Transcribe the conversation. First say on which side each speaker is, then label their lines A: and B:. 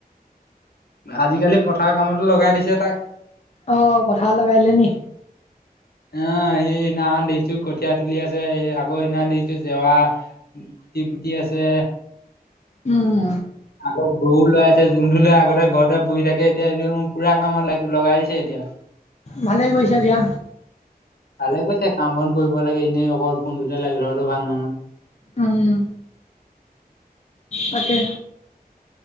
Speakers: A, on the left; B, on the left.
A: আজিকালি পথাৰ কামতো লগাই দিছে তাক
B: অ পঠাৰ লগাইলেে নি
A: আহ স সিদিনাখন দেখিছো কঠীয়া তুলি আছে আকৌ সেইদিনা দেখিছো জেৱা ফুটি ফুতিি আছে
B: উম,
A: আগৌ গৌ লাই আছে জোোন ধুল আগতে ঘৰতে বহি থাকি এতিয়া পুৰা কামত লাগ লগাই দিছে এতিয়া
B: ভালেই গৈছে দিয়া
A: ভালে কৈছে কাম বন কৰিব লাগে এনেই অকল ফোনটোতে লাগে ধৰাো ভাল মানুহ
B: আহম তাকে